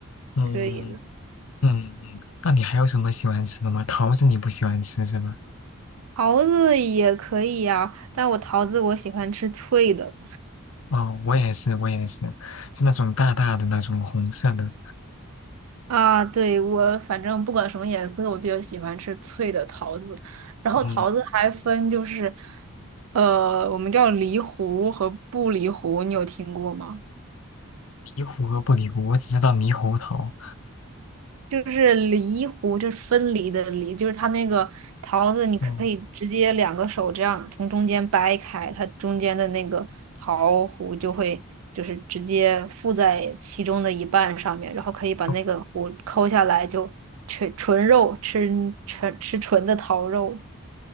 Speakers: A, on the left; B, on the right.
A: 嗯
B: 可以的，
A: 嗯，嗯那你还有什么喜欢吃的吗？桃子你不喜欢吃是吧？
B: 桃子也可以呀、但我桃子我喜欢吃脆的。
A: 哦，我也是，我也是，是那种大大的那种红色的。
B: 啊，对，我反正不管什么颜色，我比较喜欢吃脆的桃子。然后桃子还分就是，
A: 嗯，
B: 呃，我们叫梨核和不梨核，你有听过吗？
A: 离核和不离核，我只知道猕猴桃。
B: 就是梨核，就是分离的梨，就是它那个桃子，你可以直接两个手这样从中间掰开，
A: 嗯，
B: 它中间的那个桃核就会就是直接附在其中的一半上面，然后可以把那个核抠下来，
A: 哦，
B: 就纯纯肉吃纯吃纯的桃肉，